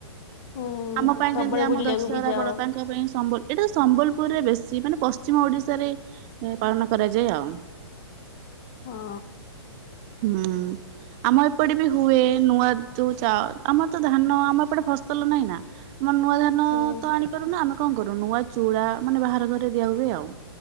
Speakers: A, on the left; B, on the right.
A: ହୁଁ
B: ଆମ ପାଇଁ
A: ସବୁବେଳେ
B: ଯେମିତି ଆମ
A: ବୁଲିବାକୁ
B: ଦଶହରା
A: ବି ଯାଅ
B: ବଡ। ତାଙ୍କ ପାଇଁ ସମ୍ବଲ ଏଇଟା ତ ସମ୍ବଲ <unintelligible> ବେଶୀ ମାନେ ପଶ୍ଚିମ ଓଡିଶାରେ ପାଳନ କରାଯାଏ ଆଉ।
A: ହଁ
B: ହୁଁ। ଆମର ଏପଟେ ବି ହୁଏ ନୂଆ ଯୋଉ ଚା ଆମର ତ ଧାନ ଆମ ଏପଟେ ଫସଲ ନାହିଁ ନା? ଆମର ନୂଆ ଧାନ
A: ହୁଁ
B: ତ ଆଣିପାରୁନା ଆମେ କଣ କରୁ ନୂଆ ଚୂଡା ମାନେ ବାହାର ଘରେ ଦିଆ ହୁଏ ଆଉ।